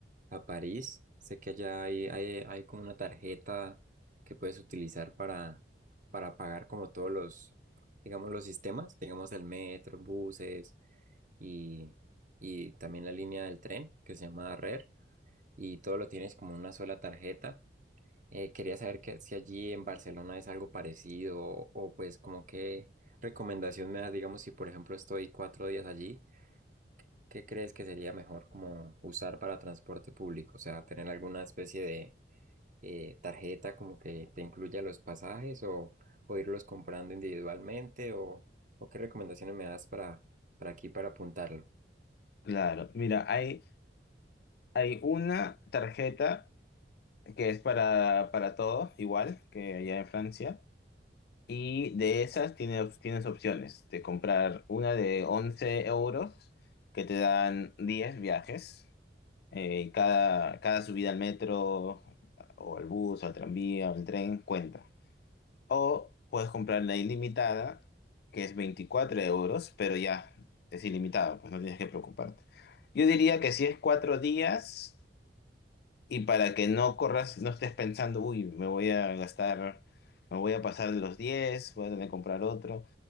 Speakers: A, on the right; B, on the left.
A: a París, sé que allá hay, hay, hay como una tarjeta que puedes utilizar para, para pagar como todos los, digamos, los sistemas, digamos el metro, buses y, y también la línea del tren que se llama RER y todo lo tienes como en una sola tarjeta eh, quería saber que, si allí en Barcelona es algo parecido o, o, pues como qué recomendación me das, digamos, si por ejemplo estoy cuatro días allí, ¿qué crees que sería mejor como usar para transporte público? O sea, tener alguna especie de eh, tarjeta como que te incluya los pasajes o, o irlos comprando individualmente o, o qué recomendaciones me das para, para aquí para apuntarlo.
B: claro, mira, hay, hay una tarjeta que es para, para todo, igual que allá en Francia Y de esas tienes, tienes opciones de comprar una de 11 euros que te dan 10 viajes. Eh, cada, cada subida al metro o al bus o al tranvía o al tren cuenta. O puedes comprar la ilimitada que es 24 euros, pero ya es ilimitado, pues no tienes que preocuparte. Yo diría que si es cuatro días y para que no corras, no estés pensando, uy, me voy a gastar, me voy a pasar de los diez voy a tener que comprar otro.